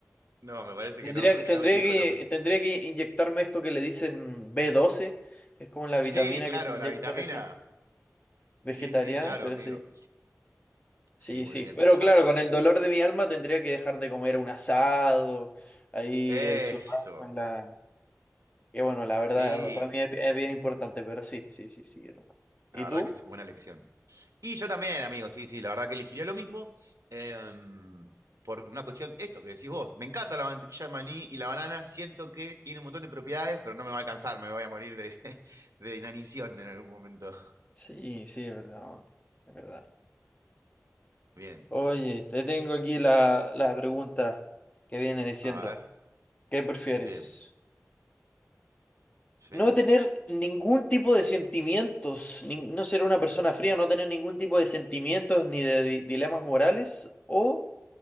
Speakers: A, on the right; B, on the left.
A: No, me parece
B: Tendría,
A: que no.
B: tendría
A: Yo elijo
B: que,
A: lo mismo.
B: tendría que inyectarme esto que le dicen b doce que es como la
A: Sí,
B: vitamina
A: claro,
B: que se inyecta
A: la vitamina.
B: a la gente vegetariana,
A: Sí, sí, claro,
B: pero
A: amigo.
B: sí. Sí,
A: Sí, muy
B: sí,
A: bien.
B: pero
A: Yo-
B: claro, con el dolor de mi alma tendría que dejar de comer un asado, ahí
A: Eso.
B: el churrasco en la... Que bueno, la verdad,
A: Sí,
B: para mí es, es bien importante, pero sí, sí, sí, sí, hermano. ¿Y
A: la verdad
B: tú?
A: que es buena elección. Y yo también, amigo, sí, sí, la verdad que elegiría lo mismo. em, por una cuestión, esto que decís vos. Me encanta la mantequilla de maní y la banana. Siento que tiene un montón de propiedades, pero no me va a alcanzar. Me voy a morir de, <laughs> de inanición en algún momento.
B: Sí, sí, es verdad, es verdad.
A: Bien,
B: Oye, te tengo aquí la, la pregunta que viene diciendo,
A: a ver.
B: ¿qué prefieres?
A: Bien, sí.
B: No tener ningún tipo de sentimientos, nin- no ser una persona fría, no tener ningún tipo de sentimientos ni de di- dilemas morales, o